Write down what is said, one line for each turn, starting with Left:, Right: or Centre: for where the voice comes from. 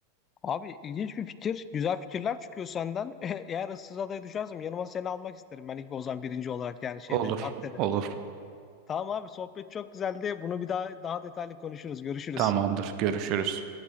Left: Abi ilginç bir fikir. Güzel fikirler çıkıyor senden. <laughs> Eğer ıssız adaya düşersem yanıma seni almak isterim. Ben ilk o birinci olarak yani şeyde
Right: Olur,
Left: maddede.
Right: olur.
Left: Tamam abi sohbet çok güzeldi. Bunu bir daha daha detaylı konuşuruz. Görüşürüz.
Right: Tamamdır. Görüşürüz.